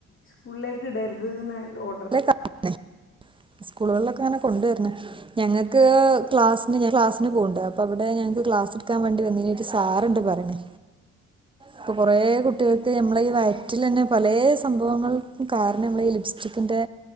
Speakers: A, on the left (about 45°); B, on the right (about 15°).
A: സ്കൂളിലേക്ക് ഇടരുതെന്ന് ഓ
B: <unintelligible> സ്കൂളുകളിലൊക്കെ അങ്ങനെ കൊണ്ടുവരുന്നു ഞങ്ങക്ക് ക്ലാസിന്, ഞാൻ ക്ലാസിന് പോന്നുണ്ട്. അപ്പോ അവിടെ ഞങ്ങക്ക് ക്ലാസ് എടുക്കാൻ വേണ്ടി വന്നിന് ഒരു സാറുണ്ട് പറയേണ് ഇപ്പം കൊറേ കുട്ടികൾക്ക് നമ്മള് ഈ വയറ്റിലെന്നെ പലേ സംഭവങ്ങൾ കാരണം നമ്മളെ ഈ ലിപ്സ്റ്റിക്കിൻ്റെ